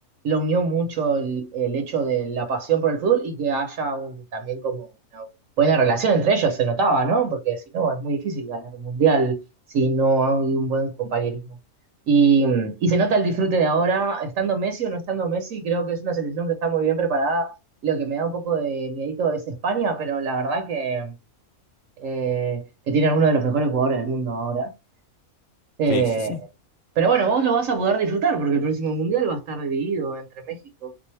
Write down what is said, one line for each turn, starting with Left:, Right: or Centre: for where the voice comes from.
Right: lo unió mucho el, el hecho de la pasión por el fútbol y que haya un- también como una buena relación entre ellos, se notaba, ¿no? Porque si no, es muy difícil ganar un mundial si no hay un buen compañerismo. Y, y se nota el disfrute de ahora, estando Messi o no estando Messi, creo que es una selección que está muy bien preparada. Lo que me da un poco de miedito es España, pero la verdad que, eh, que tienen uno de los mejores jugadores del mundo ahora. Eh,
Left: Sí, sí, sí.
Right: pero bueno, vos lo vas a poder disfrutar porque el próximo mundial va a estar dividido entre México